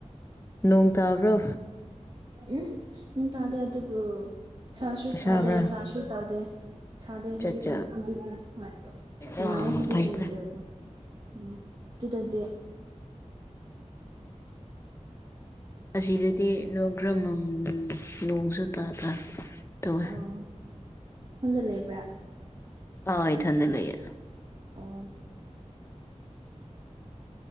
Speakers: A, on the left (about 20°); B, on the right (about 40°).
A: ꯅꯣꯡ ꯇꯥꯕ꯭ꯔꯣ
B: ꯎꯝ ꯅꯣꯡ ꯇꯥꯗꯦ ꯑꯗꯨꯕꯨ ꯁꯥꯁꯨ
A: ꯁꯥꯕ꯭ꯔꯥ
B: ꯁꯥꯗꯦ ꯇꯥꯁꯨ ꯇꯥꯗꯦ ꯁꯥꯗꯦ ꯍꯧꯖꯤꯛꯀꯟ
A: ꯆꯠ ꯆꯥ
B: ꯍꯧꯖꯤꯛꯇꯤ ꯍꯣꯏ ꯅꯨꯡꯉꯥꯏꯌꯦ
A: ꯑ
B: ꯍꯧꯖꯤꯛꯀꯤ
A: ꯐꯩ ꯐꯩ
B: ꯋꯦꯗꯔꯗꯣ ꯎꯝ ꯇꯨꯗꯗꯤ
A: ꯑꯁꯤꯗꯗꯤ ꯅꯣꯏ ꯈꯔ ꯃꯝ ꯅꯣꯡꯁꯨ ꯇꯥ ꯇꯥ ꯇꯧꯋꯦ
B: ꯑꯣ ꯈꯨꯣꯟꯗ ꯂꯩꯕ꯭ꯔꯥ
A: ꯑ ꯏꯊꯟꯗ ꯂꯩꯌꯦ
B: ꯑꯣ ꯎꯝ